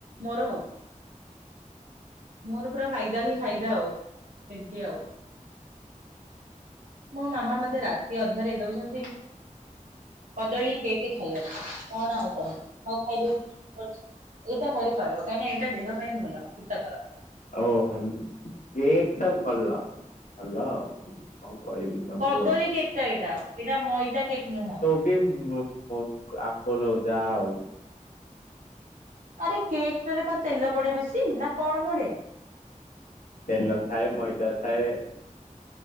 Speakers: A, on the right (about 75°); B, on the left (about 70°).
A: ମୋର। ମୋର ପୁରା ଫାଇଦା ହିଁ ଫାଇଦା ଆଉ, ଏମିତି ଆଉ। ମୋ ମାମା ମତେ ରାତି ଅଧରେ ଦଉଛନ୍ତି କଦଳୀ କେକ୍ ଖାଇବାକୁ କଣ ଆଉ କହିବି ହଉ ଖାଇଦେଉଛି <unintelligible> ଏଇଟା ଖାଇଲେ ଚଳିବ କାହିଁ ନା ଏଇଟା ଦେହ ପାଇଁ ଭଲ ହୀତକର।
B: ଓହୋ କେକ୍ ଟା ଭଲ ଭଲ କଣ କହିବି। ତମକୁ
A: କଦଳୀ
B: ଆଉ
A: କେକ୍ ଟା ଏଇଟା, ଏଟା ମଇଦା କେକ୍ ନୁହଁ।
B: <inaudible> ଆପୋଲୋ ଯାହା ହଉ।
A: ଆରେ କେକ୍ ଟାରେ କଣ ତେଲ ପଡେ ବେଶୀ ନା କଣ ପଡେ?
B: ତେଲ ଥାଏ, ମଇଦା ଥାଏ।